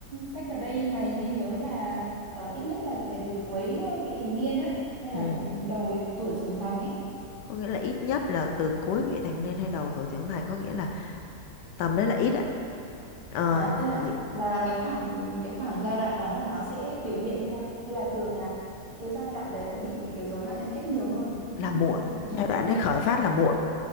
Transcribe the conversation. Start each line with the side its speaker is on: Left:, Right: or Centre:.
Right: sách ở đây nhưng mà như nhớ là ờ, ít nhất là phải từ cuối ờ, vị thành niên á hay là
Left: ừ
Right: đầu cái tuổi trưởng thành ấy
Left: có nghĩa là ít nhất là từ cuối vị thành niên hay đầu tuổi trưởng thành có nghĩa là tầm đấy là ít á ờ,
Right: à tức là
Left: diễn
Right: là là cái khoảng cái khoảng giai đoạn đó là nó sẽ biểu hiện hay sao hay là thường là cái giai đoạn đấy là bị cái rối loạn nhân cách nhiều hơn nhỉ
Left: là
Right: em
Left: muộn
Right: chia ở cái
Left: giai
Right: chỗ này
Left: đoạn đấy khởi phát là muộn